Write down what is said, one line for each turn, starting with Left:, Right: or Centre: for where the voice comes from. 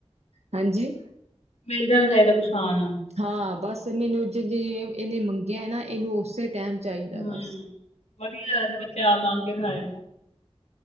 Right: ਹਾਂਜੀ
Left: ਮਿਲ ਜਾਣਾ ਚਾਹੀਦਾ ਕੁਛ ਖਾਣ ਨੂੰ।
Right: ਹਾਂ ਬਸ ਮੈਨੂੰ ਜੇੇ ਜੇ ਇਹਨੇ ਮੰਗਿਆ ਨਾ ਇਹਨੂੰ ਉਸੇ ਟਾਈਮ ਚਾਹੀਦਾ
Left: ਹੂੰ,
Right: ਬਸ
Left: ਵਧੀਆ ਐ ਬੱਚੇ ਆਪ ਮੰਗ ਕੇ ਖਾਏ,